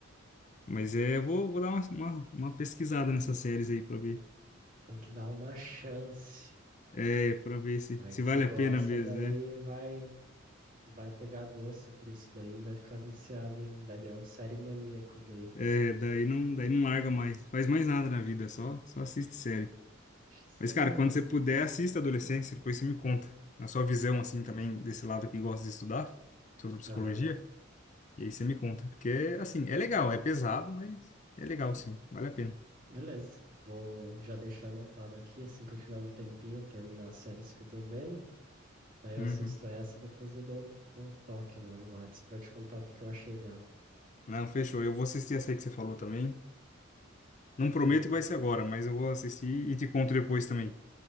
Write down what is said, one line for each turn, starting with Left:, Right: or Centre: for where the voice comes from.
Left: Mas é, eu vou, vou dar uma, uma, uma pesquisada nessas séries aí pra ver.
Right: Tem que dar uma chance.
Left: É, para ver se,
Right: Vai
Left: se
Right: que você
Left: vale
Right: gosta,
Left: a pena mesmo,
Right: daí
Left: é.
Right: vai vai pegar gosto por isso daí, vai ficar viciado em, vai virar um série maníaco daí.
Left: É, daí não, daí não larga mais. Faz mais nada na vida, só, só assiste série.
Right: Sério?
Left: Mas, cara, quando você puder, assista Adolescência, depois você me conta. A sua visão, assim, também, desse lado que gosta de estudar, sobre psicologia.
Right: Aham.
Left: E aí você me conta. Porque, assim, é legal, é pesado, mas é legal, sim. Vale a pena.
Right: Beleza. Vou já deixar anotado aqui, assim que eu tiver um tempinho, terminar as séries que eu tô vendo, daí eu
Left: Uhum.
Right: assisto essa e depois eu dou um, um toque lá no Whats pra te contar o que que eu achei dela.
Left: Não, fechou. Eu vou assistir essa aí que você falou também. Não prometo
Right: Be-
Left: que vai ser agora, mas eu vou assistir e te conto depois também, o